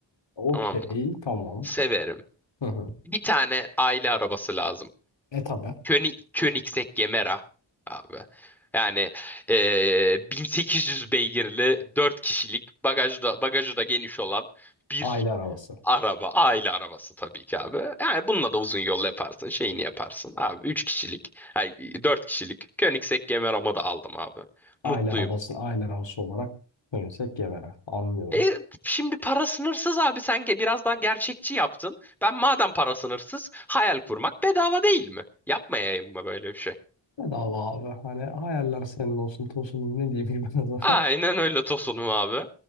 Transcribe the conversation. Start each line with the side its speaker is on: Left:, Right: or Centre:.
Left: Okey.
Centre: Tamam mı?
Left: Tamam.
Centre: Severim.
Left: Hı hı.
Centre: Bir tane aile arabası lazım.
Left: E tabi.
Centre: König, Koenigsegg Gemera abi. Yani eee, 1800 beygirli 4 kişilik bagajda da, bagajı da geniş olan bir
Left: Aile arabası.
Centre: araba. Aile arabası tabii ki abi. Yani bununla da uzun yol yaparsın. Şeyini yaparsın abi. üç kişilik. Ay, 4 kişilik. Koenigsegg Gemera'mı da aldım abi.
Left: Aile
Centre: Mutluyum.
Left: arabası. Aile arabası olarak dönürsek Gevere. Anlıyorum.
Centre: E, şimdi para sınırsız abi. Sen ge- biraz daha gerçekçi yaptın. Ben madem para sınırsız hayal kurmak bedava değil mi? Yapmayayım mı böyle bir şey?
Left: Ne dava abi. Hani hayaller senin olsun tosunum ne diyeyim ki ben o zaman.
Centre: Aynen
Left: <laughs>
Centre: öyle Tosun'um abi.